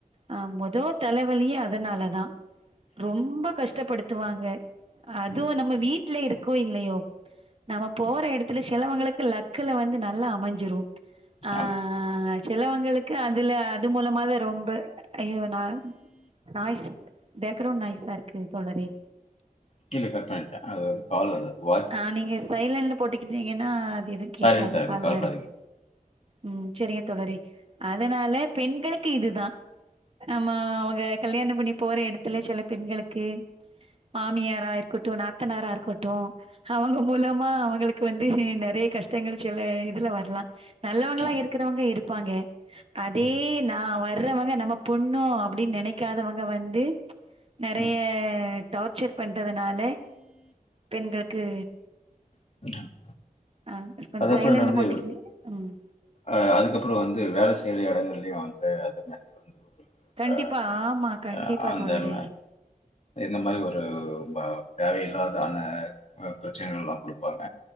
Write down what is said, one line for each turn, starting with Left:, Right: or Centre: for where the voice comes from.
Right: அ மொதோ தலவலியே அதனாலதா ரொம்ப கஷ்டப்படுத்துவாங்க அதுவு
Left: ம்
Right: நம்ம வீட்ல இருக்கோ இல்லையோ நம்ம போற
Left: ம்
Right: எடத்துல செலவங்களுக்கு லக்குல வந்து நல்லா அமஞ்சிரு அ
Left: ஆமா
Right: அ சிலவங்களுக்கு அதுல அது மூலமாதா ரொம்ப ஐயோ நா நாய்ஸ் பேக்கரவுண்ட் நாய்ஸ் ஆ இருக்கு தோழரே
Left: கீழச்சா <unintelligible> அது அது கால்லல வாய்
Right: ஆ நீங்க சைலண்ட்ல போட்டக்கிட்டீங்கன்னா அது எது கேடக்காத
Left: சைலன்ட்டா இருக்கு
Right: காது
Left: கவலப்படாதீங்க
Right: ம் சரியா தோழரே அதனால பெண்களுக்கு இதுதா ஆமா அவங்க கல்யாண பண்ணி போற இடத்துல சில பெண்களுக்கு மாமியாரா இருக்கட்டு நாத்தனாரா இருக்கட்டு அவங்க மூலமா அவங்களுக்கு வந்து நெறய கஷ்டங்கள் சில இதுல வரலா நல்லவங்களா
Left: ஆமா
Right: இரு இருக்கறவங்க இருப்பாங்க அதே
Left: ம்
Right: நா வர்றவங்க நம்ம பொண்ணோ அப்டின்னு நெனைக்காதவங்க வந்து நெறைய
Left: ம்
Right: டார்ச்சர் பண்றதுனால பெண்களுக்கு
Left: <unintelligible>
Right: ஆ கொஞ்சம்
Left: அத எப்பண்டு
Right: சைலண்ட்ல
Left: வந்து
Right: போட்டுக்கினு ம்.
Left: அ அதுக்கப்றோ வந்து வேல செய்யற எடங்கள்லயே வந்து அது மாரி வந்து
Right: கண்டிப்பா
Left: அ
Right: ஆமா கண்டிப்பா
Left: அ அந்த
Right: தோழரே
Left: ம இந்த மாரி ஒரு ம தேவையில்லாதான ப பிரச்சனைகள் எல்லா குடுப்பாங்க